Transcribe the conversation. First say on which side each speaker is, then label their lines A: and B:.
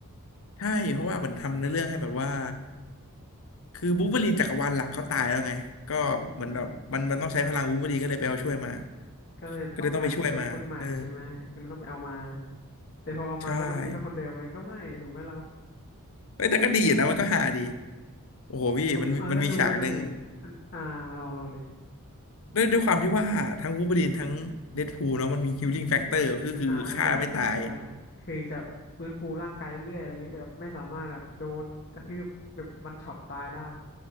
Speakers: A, on the left (about 65°); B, on the left (about 45°).
A: ใช่เพราะว่าเหมือนทำในอเรื่องให้แบบว่าคือวูล์ฟเวอรีนจักรวาลหลักเขาตายแล้วไงก็เหมือนแบบมันมันต้องใช้พลังวูล์ฟเวอรีนก็เลยไปเอาช่วยมา
B: อืมอืมอืม ก็เลยต้องการนักเรียนคนใหม่ใช่ไหมก็เลยต้องไปเอามา
A: ก็เลยต้องไปช่วยมาเออ
B: แต่พอเอามาแล้วมันดีเท่าคนเดิมไหมก็ไม่ถูกไหมล่ะ
A: ใช่เอ้ยแต่ก็ดีอยู่นะมันก็หาดี โอ้โหพี่มันมีมันมีฉากหนึ่ง
B: ก็เออก็ดูก็ดูดิอันอ่าเราเราเลย
A: ด้วยด้วยความที่ว่าทั้งวูล์ฟเวอรีนทั้งเดดพูลเนาะมันมีฮีลลิ่งแฟกเตอร์คือคือฆ่าไม่ตาย
B: อ่าใช่ใช่ใช่ก็คือจะฟื้นฟูร่างกายเรื่อยๆอะไรเงี้ยจะแบบไม่สามารถแบบโดนกระทืบแบบมันช็อตตายได้